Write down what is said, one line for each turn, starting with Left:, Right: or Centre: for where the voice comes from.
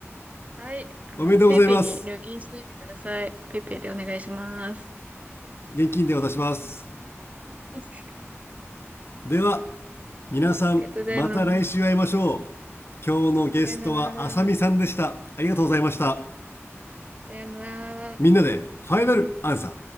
Right: はい。あの、
Left: おめでとうございます。
Right: ペイペイに入金しといてください。ペイペイでお願いします。
Left: 現金で渡します。
Right: <laughs>
Left: では、皆さん、
Right: ありがとうございます。
Left: また来週会いましょう。今日のゲストはあさみさんでした。
Right: さよなら。
Left: ありがとうございました。
Right: さよなら。
Left: みんなでファイナルアンサー。